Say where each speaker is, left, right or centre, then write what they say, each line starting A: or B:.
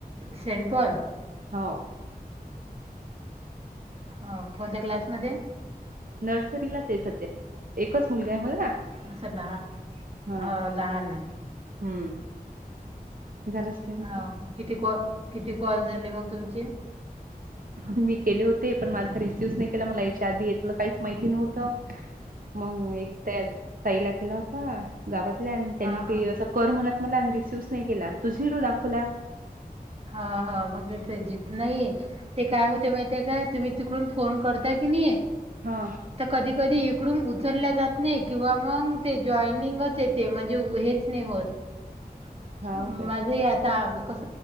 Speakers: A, on the right; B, on the right.
A: सेंड कर <unintelligible>
B: हो.
A: हो कोणत्या क्लासमध्ये?
B: नर्सरीलाच आहे सध्या एकच मुलगा आहे.
A: असं लहान
B: हा
A: हो लहान आहे.
B: हम्म झाल स्वयंपाक
A: हो का किती कॉ किती कॉल झाले मग तुमचे
B: मी केले होते पण माझा रिसिव नाही केला मला याच्या आधी येतलं काहीच माहिती नव्हतं.
A: <inaudible>
B: मग एक त्या ताईला केला होता गावातल्या आणि त्यांनी
A: हा
B: काई
A: हा
B: असं कर म्हणत मला रिसीवच नाही केला तो झिरो दाखवला.
A: हा हा मग नाही. ते काय होते माहिय काय तुम्ही तिकडून फोन करता की नाही.
B: हा
A: तर कधी कधी इकडून उचलल्या जात नाही किंवा मग ते जॉईनिंगच येते म्हणजे हेच होत
B: हा ओके
A: माझही आता कस